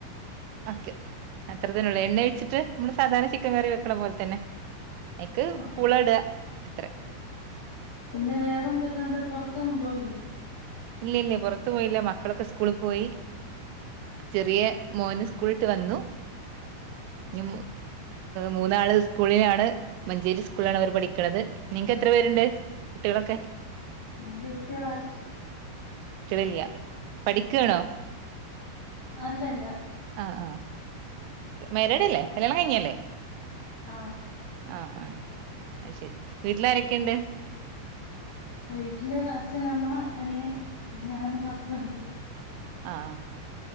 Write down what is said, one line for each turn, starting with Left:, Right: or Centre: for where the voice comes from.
Right: ആക്കി നോക്ക് അത്ര തന്നേയുള്ളു എണ്ണ ഒഴിച്ചിട്ട് നമ്മള് സാധാരണ ചിക്കൻ കറി വെക്കണ പോലെ തന്നെ അയിക്ക്
Left: ആ
Right: പൂള
Left: ആ.
Right: ട അത്ര
Left: പിന്നെ വേറെ എന്തൊക്കെയുണ്ട് പുറത്തൊന്നും പോയില്ലേ
Right: ഇല്ല ഇല്ല പുറത്ത് പോയില്ല മക്കളൊക്കെ സ്കൂളിൽ പോയി ചെറിയ മോന് സ്കൂളിട്ട് വന്നു
Left: ആ
Right: ഇ മൂന്നാള് സ്കൂളിലാണ് മഞ്ചേരി സ്കൂളിലാണ് അവർ പഠിക്കണത് നിങ്ങക്ക് എത്ര പേരുണ്ട് കുട്ടികളൊക്കെ
Left: എനിക്ക് കുട്ടികളായിട്ടില്ല
Right: കുട്ടികളില്ല പഠിക്കാണോ
Left: അല്ലല്ലാ
Right: ആഹ് ആഹ് മാരേഡല്ലേ കല്യാണം കയ്ഞ്ഞല്ലേ?
Left: ആ
Right: ആഹ് ആം അയ്ശെരി വീട്ട്ലാരെക്കെണ്ട്?
Left: വീട്ടില് അച്ഛൻ അമ്മ അനിയൻ ഞാൻ ഹസ്ബന്റ്
Right: ആഹ്